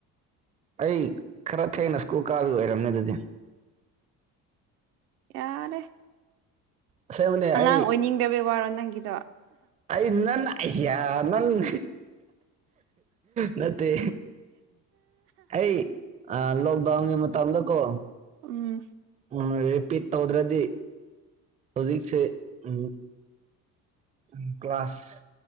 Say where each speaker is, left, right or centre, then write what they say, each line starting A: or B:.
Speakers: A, on the right; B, on the right.
A: ꯑꯩ ꯈꯔ ꯊꯦꯡꯅ ꯁ꯭ꯀꯨꯜ ꯀꯥꯕꯩ ꯑꯣꯏꯔꯝꯃꯦ ꯑꯗꯨꯗꯤ
B: ꯌꯥꯔꯦ
A: ꯑꯁꯦꯡꯕꯅꯦ
B: ꯑꯉꯥꯡ
A: ꯑꯩ
B: ꯑꯣꯏꯅꯤꯡꯗꯕꯩ ꯋꯥꯔꯣ ꯅꯪꯒꯤꯗꯣ
A: ꯑꯩ ꯅꯪ ꯑꯌꯥ ꯅꯪꯝ ꯅꯠꯇꯦ ꯑꯩ ꯂꯣꯛꯗꯥꯎꯟꯒꯤ ꯃꯇꯝꯗ ꯀꯣ
B: ꯎꯝ
A: ꯎ ꯔꯤꯄꯤꯠ ꯇꯧꯗ꯭ꯔꯗꯤ ꯍꯧꯖꯤꯛꯁꯦ ꯎꯝ ꯎ ꯀ꯭ꯂꯥꯁ